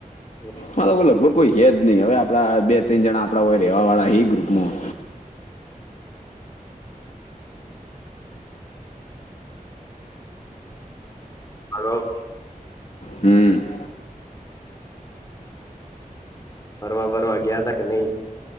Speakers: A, on the left (about 20°); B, on the left (about 55°).
A: હમ્મ.
B: હવે લગભગ કોઈ હ જ નહી હવે આપ બે ત્રણ જણા આપણા હોય ર રહેવા વાળા હ ગ્રુપમાં.
A: હાલો.
B: હમ્મ.
A: ફરવા બરવા ગયા તા કે નહીં.